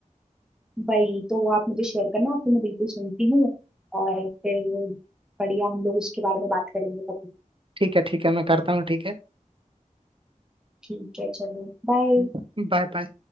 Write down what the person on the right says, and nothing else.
ठीक है ठीक है मैं करता हूँ ठीक है
Bye bye